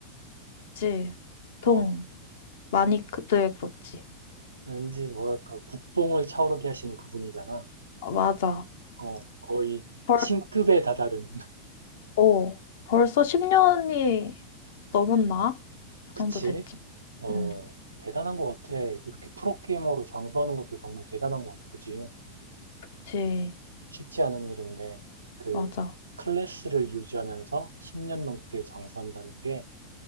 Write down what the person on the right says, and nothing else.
어,
왠지 뭐랄까, 국뽕을 차오르게 하시는 그분이잖아.
어, 거의
신급에 다다른. <laughs>
그치?
어,
대단한 것 같아. 이렇게 프로게이머로 장수하는 것도 정말 대단한 것 같아. 그치?
쉽지 않은 일인데, 그,
클래스를 유지하면서 10년 넘게 장수한다는 게